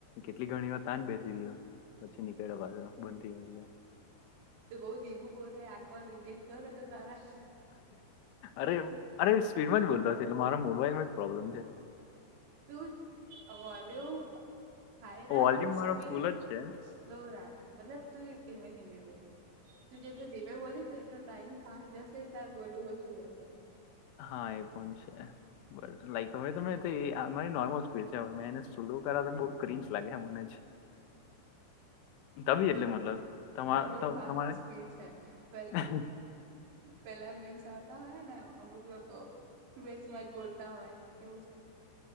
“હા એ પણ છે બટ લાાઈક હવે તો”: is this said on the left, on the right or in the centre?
Left